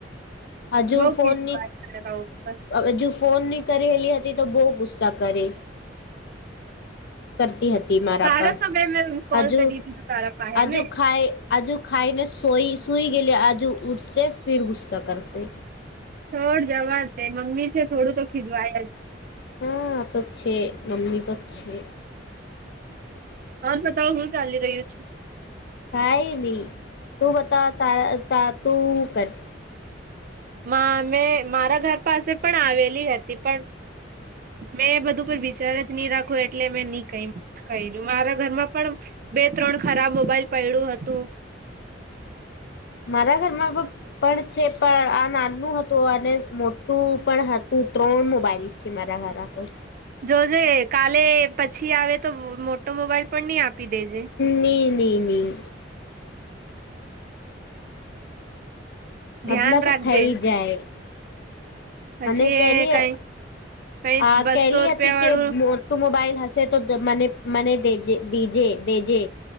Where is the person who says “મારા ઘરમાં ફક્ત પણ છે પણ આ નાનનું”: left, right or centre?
Left